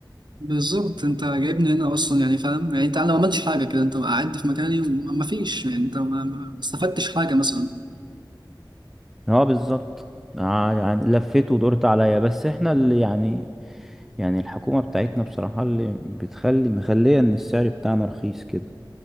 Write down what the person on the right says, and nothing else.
بالظبط انت جايبني هنا اصلا يعني فاهم يعني انت انا ما عملتش حاجه كده انت قعدت في مكاني وما فيش يعني انت ما ما استفدتش حاجه مثلا